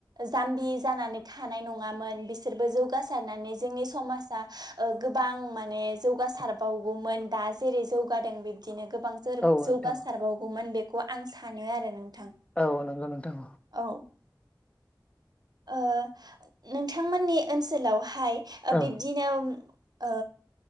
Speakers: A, on the right (about 60°); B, on the left (about 15°).
A: जामबि जानानै थानाय नङामोन बिसोरबो जौगासारनानै जोंनि समाजा ओ गोबां माने जौगासारबावगौमोन दा जेरै जौगादों बिब्दिनो गो बांजोर
B: औ
A: जौगासारबावगौमोन
B: नोंथां
A: बेखौ आं सानो आरो नों
B: औ नंगौ नोंथां
A: औ ओ नोंथांमोननि ओनसोलाव हाय ओ
B: औ
A: बिब्दिनो ओ